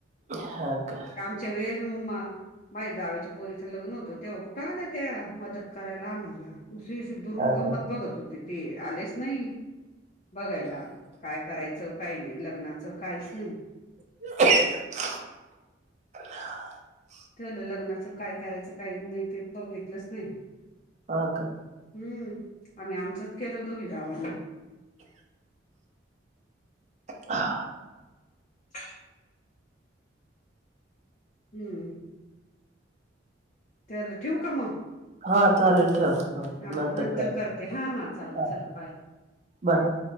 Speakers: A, on the right; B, on the left.
A: हा का
B: सगळेच म म्मा माझ्या जावेच्या पोरीचं लग्न होतं तेव्हा कुठं आल्या त्या मदत करायला आम्हाला. उसरी दुरून
A: हा
B: गं्मत
A: का
B: बघत होती. ते आलेच नाही बघायला काय करायचं काय नाही लग्नात काहीच नाही
A: <inaudible> <inaudible>
B: तेलं लग्नाचं काय करायचं काही नाही ते बघितलंच नाही.
A: हा का,
B: हम्म आम्ही आमचच केल दोघी जावांना
A: हा
B: ह हम्म ते आले ठेवू काय मग
A: हा चालेल ठेव ह
B: हा
A: न
B: नंतर
A: तर कर
B: करते हा चालेल
A: हा
B: चला बाय.
A: बाय